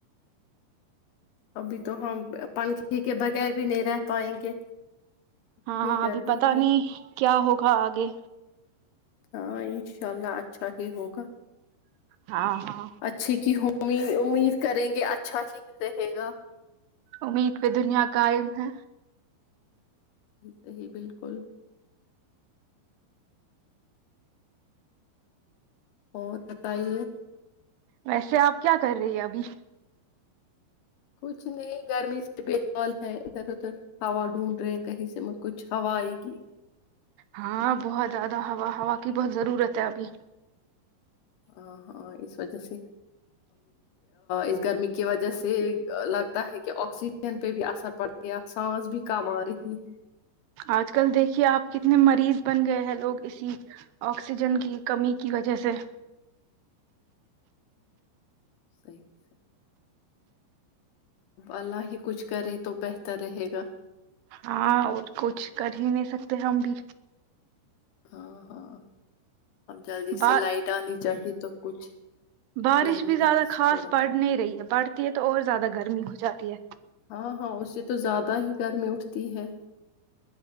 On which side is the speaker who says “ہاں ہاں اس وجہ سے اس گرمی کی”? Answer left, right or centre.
Left